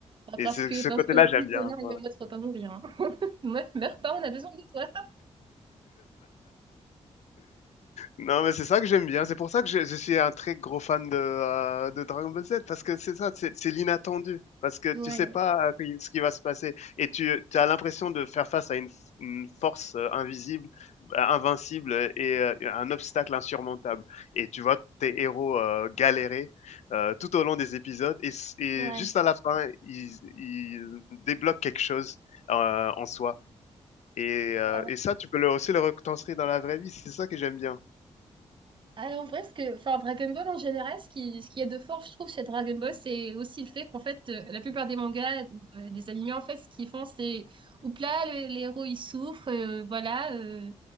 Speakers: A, on the right; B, on the left.
A: Bah,
B: et
A: parce
B: ce
A: que,
B: ce
A: parce
B: côté-là
A: que
B: j'aime
A: si le
B: bien.
A: scénar,
B: Ouais.
A: il est en mode, faut pas mourir, hein. <laughs> Ouais, meurs pas, on a besoin de toi.
B: Non, mais c'est ça que j'aime bien. C'est pour ça que je, je suis un très gros fan de, heu, de Dragon Ball Z parce que c'est ça, c'est c'est l'inattendu. Parce que
A: Ouais,
B: tu sais pas, heu, qui ce qui va se passer et tu as l'impression de faire face à une f une force, heu, invisible, bah, invincible, heu et heu, un obstacle insurmontable et tu vois tes héros, heu, galérer, heu, tout au long des épisodes et s et
A: ouais,
B: juste à la fin, ils ils débloquent quelque chose, heu, en soi et heu
A: ouais.
B: et ça, tu peux le aussi le retranscrire dans la vraie vie. C'est ça que j'aime bien.
A: Alors, en vrai, ce que, enfin, Dragon Ball en général, ce qui, ce qu'il y a de fort, je trouve, chez Dragon Ball, c'est aussi le fait qu'en fait, euh, la plupart des mangas, euh, des animés, en fait, ce qu'ils font, c'est, oups là, le- les héros, ils souffrent, euh, voilà, euh,